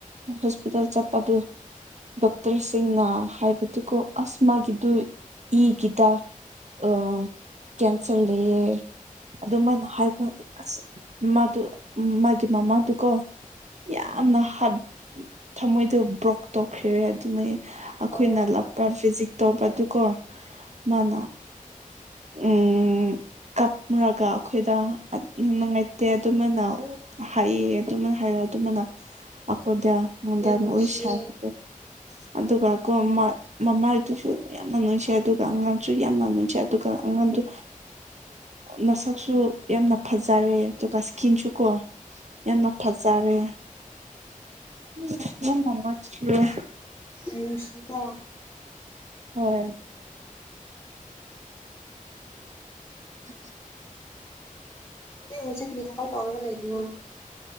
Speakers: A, on the right (about 55°); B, on the left (about 20°).
A: ꯍꯣꯁꯄꯤꯇꯥꯜ ꯆꯠꯄꯗꯨ ꯗꯣꯛꯇꯔꯁꯤꯡꯅ ꯍꯥꯏꯕꯗꯨꯀꯣ ꯑꯁ ꯃꯥꯒꯤꯗꯨ ꯏꯒꯤꯗ ꯑꯝ ꯀꯦꯟꯁꯔ ꯂꯩꯌꯦ ꯑꯗꯨꯃꯥꯏꯅ ꯍꯥꯏꯕ ꯇ ꯑꯁ ꯃꯥꯗꯨ ꯃꯥꯒꯤ ꯃꯃꯥꯗꯨꯀꯣ ꯌꯥꯝꯅ ꯍꯥꯠ ꯊꯃꯣꯏꯗꯣ ꯕ꯭ꯔꯣꯛ ꯇꯧꯈ꯭ꯔꯦ ꯑꯗꯨꯅ ꯑꯩꯈꯣꯏꯅ
B: ꯑꯣ
A: ꯂꯥꯞ ꯄ꯭ꯔꯥ ꯐꯤꯖꯤꯛ ꯇꯧꯕ ꯑꯗꯨ ꯀꯣ ꯃꯥꯅ ꯎꯝ ꯀꯞꯨꯔꯒ ꯑꯩꯈꯣꯏꯗ ꯅꯨꯡꯉꯥꯏꯇꯦ ꯑꯗꯨꯃꯅ ꯍꯥꯏꯑ ꯑꯗꯨꯃꯅ ꯍꯥꯏꯔ ꯃꯅꯥ ꯑꯩꯈꯣꯢꯗ <unintelligible>
B: ꯌꯥꯝ ꯅꯨꯡꯁꯤꯌꯦ
A: ꯑꯗꯨꯒ ꯀꯣ ꯃꯃꯥꯗꯨꯁꯨ ꯌꯥꯝꯅ ꯅꯨꯡꯖꯩ ꯑꯗꯨꯒ ꯑꯉꯥꯡꯁꯨ ꯌꯥꯝꯅ ꯅꯨꯡꯖꯩ ꯑꯗꯨꯒꯥ ꯑꯩꯉꯣꯟꯗ ꯃꯁꯛꯁꯨ ꯌꯥꯝꯅ ꯐꯖꯔꯦ ꯑꯗꯨꯒ ꯏꯁꯀꯤꯟꯁꯨ ꯀꯣ ꯌꯥꯝꯅ ꯐꯖꯥ ꯔꯦ <unintelligible>
B: ꯌꯥꯝ ꯅꯨꯡꯁꯤꯀꯣ
A: ꯍꯣꯏ <unintelligible>
B: ꯍꯧꯖꯤ ꯀꯤ ꯊꯛ ꯇꯧꯔ ꯂꯩꯅꯣ